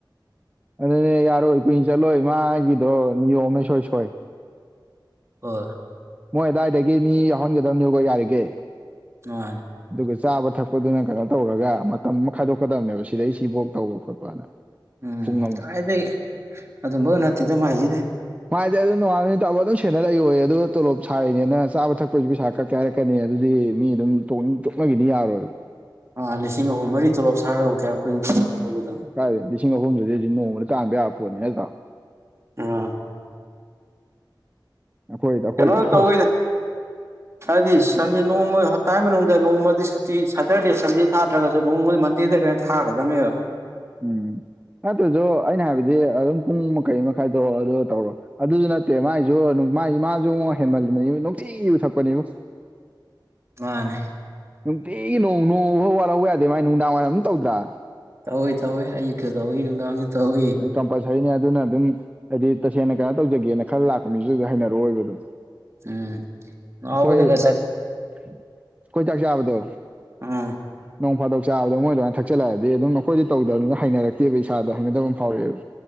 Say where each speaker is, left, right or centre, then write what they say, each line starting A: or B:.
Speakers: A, on the right; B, on the right.
A: ꯑꯗꯨꯅꯦ ꯌꯥꯔꯣꯏ ꯀꯨꯏ ꯆꯠꯂꯣꯏ ꯃꯥꯒꯤꯗꯣ ꯅꯤꯌꯣꯝꯃꯥ ꯏꯁꯣꯏ ꯁꯣꯏ
B: ꯍꯣꯏ
A: ꯃꯣꯏ ꯑꯗꯥꯏꯗꯒꯤ ꯃꯤ ꯌꯥꯎꯍꯟꯒꯗꯝꯅꯦꯕꯀꯣ ꯌꯥꯔꯤꯒꯩ
B: ꯃꯥꯅꯦ
A: ꯑꯗꯨꯒ ꯆꯥꯕ ꯊꯛꯄꯗꯨꯅ ꯀꯩꯅꯣ ꯇꯧꯔꯒ ꯃꯇꯝ ꯑꯃ ꯈꯥꯏꯗꯣꯛꯀꯗꯕꯅꯦꯕ ꯁꯤꯗꯩ ꯁꯤꯐꯥꯎ ꯇꯧꯕ ꯈꯣꯠꯄꯅ
B: ꯎꯝ
A: ꯄꯨꯡ ꯑꯃ
B: ꯀꯥꯏꯗꯩ ꯑꯗꯨꯝꯕꯒ ꯅꯠꯇꯦꯗ ꯃꯥꯏꯁꯤꯗꯤ
A: ꯃꯥꯥꯏꯗꯤ ꯑꯗꯨꯝ ꯅꯣꯉꯥꯝꯗꯩ ꯅꯨꯃꯤꯠ ꯇꯥꯕꯧ ꯑꯗꯨꯝ ꯁꯦꯟꯅꯔ ꯂꯩꯌꯣꯌꯦ ꯑꯗꯨ ꯇꯣꯂꯣꯞ ꯁꯥꯔꯤꯅꯦꯅ ꯆꯥꯕ ꯊꯛꯄꯩꯖꯨ ꯄꯩꯁꯥ ꯀꯛꯀꯦ ꯍꯥꯏꯔꯛ ꯀꯅꯤ ꯑꯗꯨꯗꯤ ꯃꯤ ꯑꯗꯨꯝ ꯇꯣꯛꯅꯤꯡ ꯇꯣꯛꯅꯒꯤꯅꯤ ꯌꯥꯔꯣꯏꯕ
B: ꯑꯥ ꯂꯤꯁꯤꯡ ꯑꯍꯨꯝ ꯃꯔꯤ ꯇꯣꯂꯣꯞ ꯁꯥꯔꯒ ꯀꯌꯥꯝ ꯀꯨꯏꯅ ꯇꯧꯒꯗꯕꯅꯣ
A: ꯀꯥꯏ ꯂꯤꯁꯤꯡ ꯑꯍꯨꯝꯗꯨꯗꯤ ꯍꯧꯖꯤ ꯅꯣꯡꯃꯗ ꯇꯥꯡꯕ ꯌꯥꯕ ꯄꯣꯠꯅꯦ ꯅꯠꯇ꯭ꯔꯥ
B: ꯎꯝ
A: ꯑꯩꯈꯣꯏ ꯑꯩꯈꯣꯏ
B: ꯀꯩꯅꯣ
A: ꯇꯧ
B: ꯇꯧꯋꯤꯗ ꯍꯥꯏꯕꯗꯤ ꯁꯟꯗꯦ ꯅꯣꯡꯃ ꯍꯞꯇꯥꯏ ꯃꯅꯨꯡꯗ ꯅꯣꯡꯃꯗꯤ ꯁꯨꯇꯤ ꯁꯇꯔꯗꯦ ꯁꯟꯗꯦ ꯊꯥꯗ꯭ꯔꯒꯁꯨ ꯅꯣꯡꯃꯗꯤ ꯃꯟꯗꯦꯗ ꯊꯥꯒꯗꯝꯅꯦꯕ
A: ꯎꯝ ꯑꯗꯨꯗꯣ ꯑꯩꯅ ꯍꯥꯏꯕꯗꯤ ꯑꯗꯨꯝ ꯄꯨꯡ ꯃꯈꯩ ꯃꯈꯥꯏꯗꯣ ꯑꯗꯨ ꯇꯧꯔꯣ ꯑꯗꯨꯁꯨ ꯅꯠꯇꯦ ꯃꯥꯏꯁꯨ ꯃꯥꯁꯨꯉꯣ ꯍꯦꯟꯃꯜꯂꯤꯕꯅꯤ ꯅꯨꯡꯇꯤꯒꯤ ꯌꯨ ꯊꯛꯄꯅꯦꯕꯨ
B: ꯃꯥꯅꯦ
A: ꯅꯨꯡꯇꯤꯒꯤ ꯅꯣꯡ ꯅꯣꯡꯐꯥꯎ ꯋꯥꯠꯍꯧꯕ ꯌꯥꯗꯦ ꯃꯥꯏ ꯅꯨꯡꯗꯥꯡꯋꯥꯏꯝ ꯑꯗꯨꯝ ꯇꯧꯗ꯭ꯔꯥ
B: ꯇꯧꯋꯦ ꯇꯧꯋꯦ ꯑꯌꯨꯛꯁꯨ ꯇꯧꯋꯤ ꯅꯨꯡꯗꯥꯡꯁꯨ ꯇꯧꯏ
A: ꯀꯝꯄꯜꯁꯔꯤꯅꯦ ꯑꯗꯨꯅ ꯑꯗꯨꯝ ꯍꯥꯏꯗꯤ ꯇꯁꯦꯡꯅ ꯀꯩꯅꯣ ꯇꯧꯖꯒꯦꯅ ꯈꯜꯂꯥ ꯂꯥꯛꯄ ꯃꯤꯁꯨ ꯑꯗꯨ ꯍꯩꯅꯔꯛꯑꯣꯏꯕ ꯑꯗꯨꯝ
B: ꯎꯝ ꯅꯥꯎꯕꯗꯒ
A: ꯑꯩꯈꯣꯏ
B: ꯆꯠ
A: ꯆꯥꯛ ꯑꯩꯈꯣꯏ ꯆꯥꯛ ꯆꯥꯕꯗꯣ
B: ꯑꯥ
A: ꯅꯣꯡ ꯐꯥꯗꯣꯛ ꯆꯥꯕꯗ ꯃꯣꯏ ꯑꯗꯨꯃꯥꯏꯅ ꯊꯛꯆꯜꯂꯛꯑꯗꯤ ꯑꯗꯨꯝ ꯑꯩꯈꯣꯏꯗꯤ ꯇꯧꯗꯅꯤꯅ ꯍꯩꯅꯔꯛꯇꯦꯕ ꯏꯁꯥꯗ ꯍꯩꯅꯗꯕ ꯐꯥꯎꯛꯑꯦꯕ